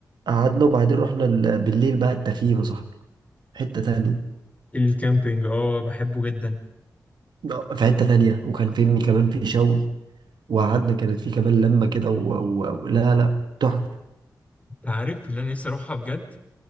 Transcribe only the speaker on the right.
قعدنا وبعدين رحنا ال- بالليل بقى التخييم يا صاحبي حتة تانية
آه، في حتة تانية وكان فهمني كمان في شوي وقعدنا كانت في كمان لمة كده و... و... و... لا لا تحفة